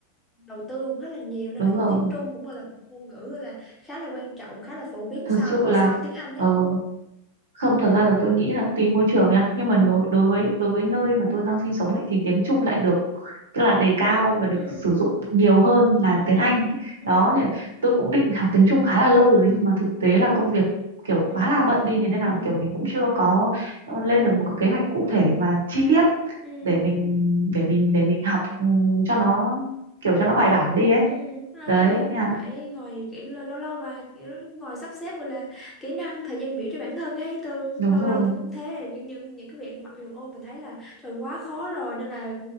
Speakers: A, on the left; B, on the right.
A: đầu tư cũng khá là nhiều nên
B: đúng
A: là
B: rồi
A: tiếng Trung cũng là một ngôn ngữ là khá là quan trọng khá là phổ biến
B: thật
A: sau
B: sự
A: và
B: là
A: sau tiếng Anh đấy
B: ờ, không thật ra là tôi nghĩ là tùy môi trường nha nhưng mà đối đối với đối với nơi mà tôi đang sinh sống ấy thì tiếng Trung lại được tức là đề cao và được
A: ừ
B: sử dụng nhiều hơn là
A: ừ
B: tiếng Anh
A: ừ
B: đó thì tôi cũng định học tiếng Trung khá là lâu rồi đấy, nhưng mà thực tế là công việc kiểu
A: ừ
B: quá là bận đi thế nên
A: ừ
B: là kiểu mình cũng chưa có ờ, lên được một cái kế hoạch cụ thể và chi tiết
A: ừ
B: để mình
A: ừ.
B: để mình để mình học ừ, cho nó kiểu cho nó bài bản đi ấy
A: Ừ, rồi
B: đấy
A: tôi
B: nha
A: phải ngồi kiểu là lâu lâu bà kiểu ngồi sắp xếp gọi là kỹ năng thời gian biểu cho bản thân ấy tôi lâu
B: đúng rồi
A: lâu tôi cũng thế kiểu những những cái việc mặc dù ô mình thấy là trời quá khó rồi nên là